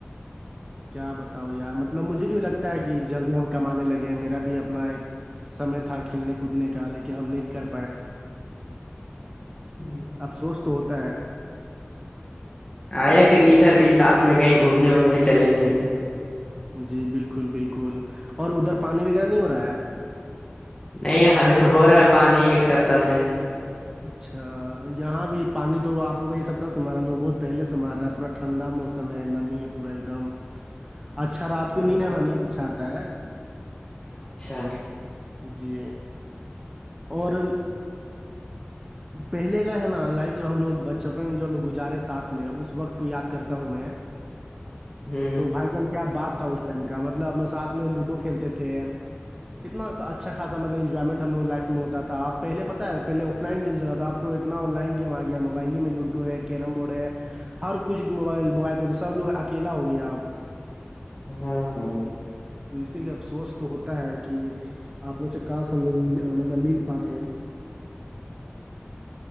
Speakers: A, on the right; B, on the left.
A: کیا بتاؤ یار مطلب مجھے بھی لگتا ہے کہ جلدی ہم کمانے لگے میرا بھی اپنا ایک سمے تھا کھیلنے کودنے کا لیکن ہم نہیں کر پائے <inaudible>
B: ہوں
A: افسوس تو ہوتا ہے
B: آیا کریے ادھر بھی ساتھ میں گئیں گھومنے وومنے چلیں گے
A: جی بالکل بالکل اور ادھر پانی وغیرہ نہیں ہو رہا ہے
B: نہیں ابھی تو ہو رہا ہے پانی ایک سپتاہ سے
A: اچھا یہاں بھی پانی تو آپ لوگ ایک سپتہ سے مار رہا ہے بہت پہلے سے مار رہا ہے پورا ٹھنڈا موسم ہے نمی ہے پورا ایک دم اچھا رات کو
B: ہاں
A: نیند ہے نا نیند اچھا آتا ہے
B: اچھا
A: جی اور پہلے کا ہے نا لائف جو ہم لوگ بچپن میں جو ہم لگ گزارے ساتھ میں اس وقت کو یاد کرتا ہوں میں
B: ہوں
A: تو بھائی جان کیا بات تھا اس ٹائم کا مطلب اپ لوگ ساتھ میں لوڈو کھیلتے تھے کتنا اچھا خاصا مطلب انجوائمنٹ ہم لوگ لائف میں ہوتا تھا آپ پہلے پتہ ہے پہلے آف لائن گیم چلاتا تھا اب تو آن لائن گیم آ گیا موبائل ہی میں لوڈو ہے کیرم بورڈ ہے ہر کچھ موبائل موبائل پہ تو سب لوگ اکیلا ہو گیا آب
B: ہاں ہاں
A: تو اسی لیے افسوس تو ہوتا ہے کہ آپ لووں سے کاش ہم لوگ مطلب مل پاتے ہیں